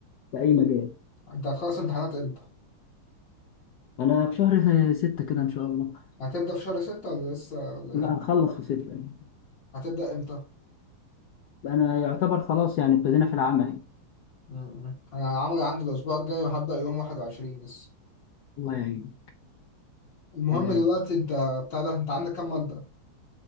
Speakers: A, on the left (about 80°); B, on the left (about 55°).
A: في اي مجال
B: أنت هتخلص امتحانات إمتى؟
A: انا في شهر ستة كده ان شاء الله
B: هتبدأ في شهر ستة ولا لسه ولا إيه؟
A: لا هنخلص في ستة يعني.
B: هتبدأ إمتى؟
A: انا يعتبر خلاص يعني ابتدينا في العمل
B: مم. أنا عملي عندي الأسبوع الجاي وهبدأ يوم واحد وعشرين لسه
A: الله يعين
B: المهم
A: الله يعين
B: دلوقتي أنت بتاع ده أنت عندك كام مادة؟